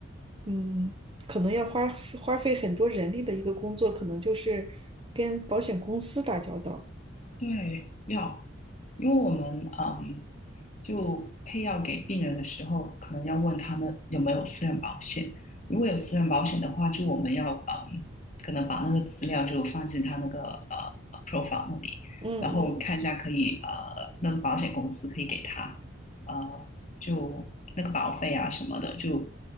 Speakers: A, on the right; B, on the left.
A: 嗯，可能要花花费很多人力的一个工作，可能就是跟保险公司打交道。
B: 对，要，因为我们嗯，就配药给病人的时候，可能要问他们有没有私人保险。如果有私人保险的话，就我们要嗯，可能把那个资料就放进他那个呃 profile 那里，
A: 嗯嗯。
B: 然后看一下可以呃，那个保险公司可以给他呃，就那个保费啊什么的，就